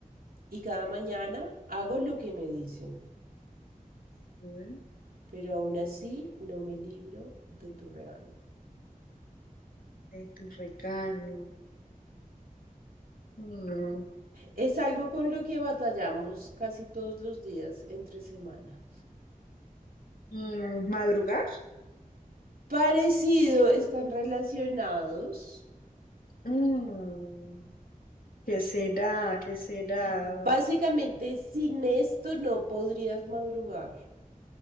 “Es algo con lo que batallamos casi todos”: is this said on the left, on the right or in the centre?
Right